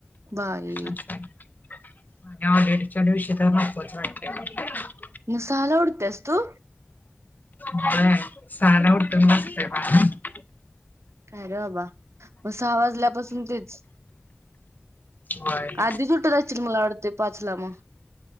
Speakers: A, on the right; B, on the left.
A: बाई
B: असं आहे. <unintelligible> दिवशी काय महत्त्वाचं वाटतंय काय <inaudible>
A: मग सहाला ऊठत्यास तू
B: व्हय सहाला उठून बसतय बाळ.
A: काय रे बाबा! मग सहा वाजल्यापासून तेच
B: होय
A: आधीच उठत असशील मला वाटतंय पाचला मग.